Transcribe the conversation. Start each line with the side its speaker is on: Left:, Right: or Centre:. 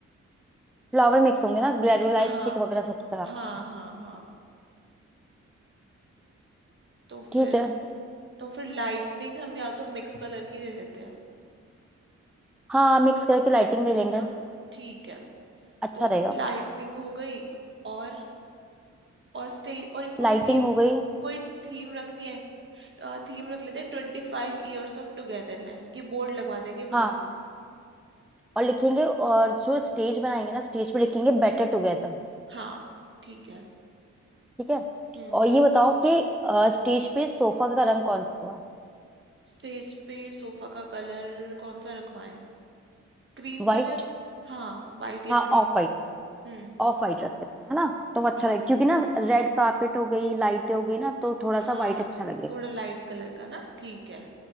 Centre: फ्लावर मिक्स होंगे ना ग्रेनुलाइट
Right: हाँ
Centre: स्टिक वगैरह सब साथ
Right: हाँ
Centre: में
Right: हाँ हाँ तो फिर
Centre: ठीक है
Right: तो फिर लाइटनिंग हम या तो मिक्स कलर की ले लेते हैं
Centre: हाँ मिक्स करके लाइटिंग ले लेंगे
Right: है ना ठीक है
Centre: अच्छा
Right: तो
Centre: रहेगा
Right: लाइटनिंग हो गई और और स्टे और कोई
Centre: लाइटिंग
Right: थीम
Centre: हो गई
Right: कोई थीम रखनी है थीम रख लेते हैं ट्वेंटी फाइव ईयर्स ऑफ टुगेदरनेस ये बोर्ड लगवा देंगे
Centre: हाँ
Right: बाहर
Centre: और लिखेंगे और जो स्टेज बनाएंगे ना स्टेज पे लिखेंगे बेटर टुगेदर
Right: हाँ ठीक है
Centre: ठीक है
Right: हम्म
Centre: और ये बताओ कि स्टेज पे सोफा का रंग कौन सा हुआ
Right: स्टेज पे सोफा का कलर कौन सा रखवाएं Cream
Centre: व्हाइट
Right: colour हाँ वाइट
Centre: हाँ
Right: या क्रीम
Centre: ऑफ व्हाइट
Right: हम्म
Centre: ऑफ व्हाइट रख लेते हैं है ना तो वो अच्छा
Right: ठीक
Centre: लगेगा क्योंकि ना रेड कार्पेट हो गई लाइटें हो गई ना तो थोड़ा
Right: हाँ
Centre: सा व्हाइट अच्छा लगेगा
Right: थोड़ा लाइट कलर का ना ठीक है